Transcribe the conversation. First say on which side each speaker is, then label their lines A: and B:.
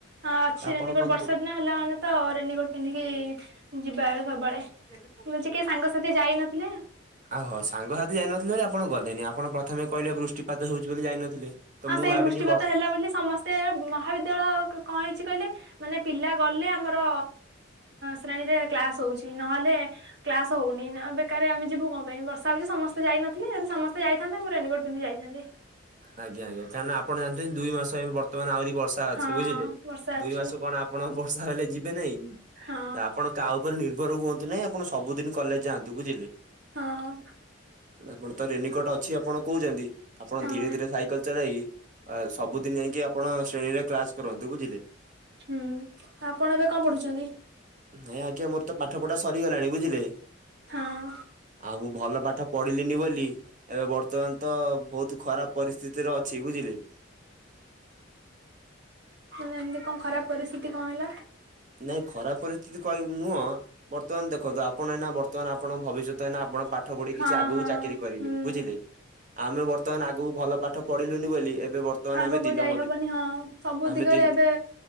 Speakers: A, on the right; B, on the right.
A: ହଁ ଅଛି
B: ଆପଣ
A: ରେନିକୋଟ
B: କନ୍ତୁ
A: ବର୍ଷା ଦିନା ହେଲା ମାନେ ତ ରେନିକୋଟ ପିନ୍ଧିକି ଯିବା ସବୁବେଳେ। <unintelligible> ସାଙ୍ଗସାଥି ଯାଇନଥିଲେ।
B: ଆଉ ହୋ ସାଙ୍ଗସାଥି ଯାଇନଥିଲେ ବୋଲି ଆପଣ ଗଲେନି ଆପଣ ପ୍ରଥମେ କହିଲେ ବୃଷ୍ଟିପାତ ହଉଛି ବୋଲି ଯାଇନଥିଲେ। ତ
A: ଆ
B: ମୁଁ
A: ସେଇ
B: ଭାବିଲି
A: ବୃଷ୍ଟିପାତ
B: ବ
A: ହେଲା ବୋଲି ସମସ୍ତେ ସେ ମହାବିଦ୍ୟାଳୟ କଣ ହେଇଛି କହିଲେ ମାନେ ପିଲା ଗଲେ ଆମର ଶ୍ରେଣୀରେ କ୍ଲାସ ହଉଛି ନହେଲେ କ୍ଲାସ ହଉନି ଅବେ କାରେ ଆମେ ଯିବୁ କଣ ପାଇଁ ବର୍ଷା ହଉଛି ସମସ୍ତେ ଯାଇନଥିଲେ ଯଦି ସମସ୍ତେ ଯାଇଥାନ୍ତେ ମୁ ରେନିକୋଟ ପିନ୍ଧିକି ଯାଇଥାନ୍ତି।
B: ଆଜ୍ଞା ଆଜ୍ଞା କାହିଁନା ଆପଣ ଜାଣିଥିବେ ଦୁଇ ମାସ ଏବେ ବର୍ତ୍ତମାନ ଆହୁରି ବର୍ଷା ଅଛି
A: ହଁ
B: ବୁଝିଲେ
A: ବର୍ଷା ଅଛି
B: ଦୁଇ ମାସ କଣ ଆ ଆପଣ ବର୍ଷା ହେଲେ ଯିବେ ନାଇଁ
A: ହଁ
B: ଆପଣ କାହା ଉପରେ ନିର୍ଭର ହୁଅନ୍ତୁ ନାଇଁ ଆପଣ ସବୁଦିନ କଲେଜ ଯାଆନ୍ତୁ ବୁଝିଲେ।
A: ହଁ
B: ଆପଣ ତ ରେନିକଟ ଅଛି ଆପଣ କହୁଛନ୍ତି ଆପଣ
A: ହଁ
B: ଧୀରେ ଧୀରେ ସାଇକେଲ ଚଲାଇ ସବୁଦିନ ଯାଇକି ଆପଣ ଶ୍ରେଣୀରେ କ୍ଲାସ କରନ୍ତୁ ବୁଝିଲେ।
A: ହୁଁ ଆପଣ ଏବେ କଣ ପଢୁଛନ୍ତି।
B: ନାଇଁ ଆଜ୍ଞା ମୋର ତ ପାଠ ପଢା ସରିଗଲାଣି ବୁଝିଲେ।
A: ହଁ।
B: ଆଉ ମୁଁ ଭଲ ପାଠ ପଢିଲିନି ବୋଲି ଏବେ ବର୍ତ୍ତମାନ ତ ବହୁତ୍ ଖରାପ ପରିସ୍ଥିତିରେ ଅଛି ବୁଝିଲେ।
A: ମାନେ ଏମିତି କଣ ଖରାପ ପରିସ୍ଥିତି କଣ ହେଲା।
B: ନାଇଁ ଖରାପ ପରିସ୍ଥିତି କହିବ ନୁହଁ। ବର୍ତ୍ତମାନ ଦେଖନ୍ତୁ ଆପଣ ଏନା ବର୍ତ୍ତମାନ ଆପଣ ଭବିଷ୍ୟତ ଏଇ ଆପଣ ପା ପାଠ ପଢି
A: ହଁ
B: କିଛି ଆଗକୁ
A: ହଁ
B: ଚାକିରି କରିବେ
A: ହୁଁ
B: ବୁଝିଲେ ଆମେ ବର୍ତ୍ତମାନ ଆଗକୁ ଭଲ ପାଠ ପଢିଲୁନି ବୋଲି ଏବେ ବର୍ତ୍ତମାନ
A: ଆଗକୁ
B: ଆମେ ଦିନ
A: ଯାଇ
B: ମଜୁ
A: ହବନି ହଁ ସବୁ
B: ଆମେ
A: ଦିଗରେ
B: ଦିନ
A: ଏବେ